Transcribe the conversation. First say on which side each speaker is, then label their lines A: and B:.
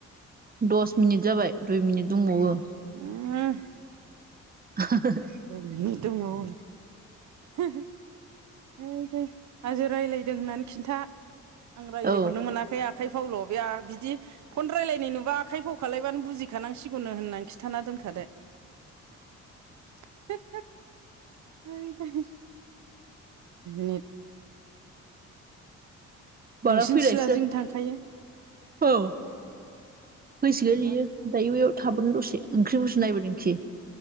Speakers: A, on the right; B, on the right.
A: दस मिनिट जाबाय दुइ मिनिट दंबावो
B: उम
A: <unintelligible>
B: <unintelligible> है दे हाजो राय्लायदों होननानै खिन्था आं रायज्लायहरनो
A: औ
B: मोनाखै आखाइ फावल' बे बिदि फन रायज्लायनाय नुबा आखाइ फाव खालायबानो बुजिखानांसिगौनो होननानै खिन्थाना दोनखादो <unintelligible> नि <unintelligible>
A: माला
B: नोंसिनि
A: फैनायसो
B: सिलाजों
A: ज
B: थांखायो
A: औ फैसिगोन
B: आंबा
A: बियो दायो वे वेयाव थाबोनो दसे ओंख्रि फोरसो नायबोदोंखि